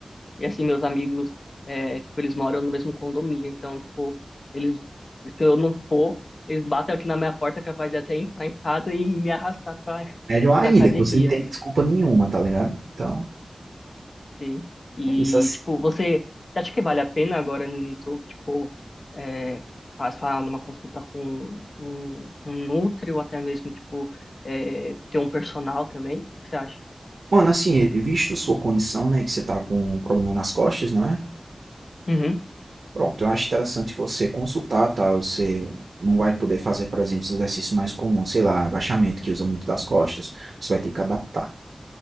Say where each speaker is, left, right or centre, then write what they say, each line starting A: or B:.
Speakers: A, on the left; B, on the right.
A: e assim, meus amigos, é, tipo, eles moram no mesmo condomínio, então, tipo, eles, se eu não for, eles batem aqui na minha porta, capaz de até entrar em casa e, e me arrastar pra,
B: Melhor
A: <laughs>
B: ainda,
A: pra academia.
B: que você não tem desculpa nenhuma, tá ligado? Então,
A: Sim. E,
B: é isso, assi
A: tipo, você você acha que vale a pena agora no início, tipo, é, passar numa consulta com um, um nutri ou até mesmo, tipo, é, ter um personal também? O que que você acha?
B: mano, assim, visto sua condição, né, que você tá com um problema nas costas, não é?
A: Uhum,
B: Pronto, eu acho interessante você consultar, tá? Você não vai poder fazer, por exemplo, os exercícios mais comuns, sei lá, agachamento, que usa muito das costas, você vai ter que adaptar.